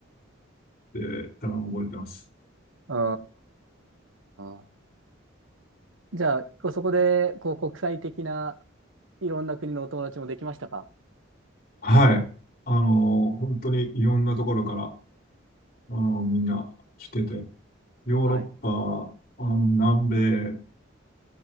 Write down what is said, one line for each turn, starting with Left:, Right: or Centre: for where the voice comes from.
Left: て多分覚えてます。
Right: うーん。じゃあ、こうそこで、こう、国際的ないろんな国のお友達もできましたか
Left: はい。あの、本当にいろんなところから、あの、みんな来てて、ヨーロッパ、
Right: はい。
Left: あの、南米、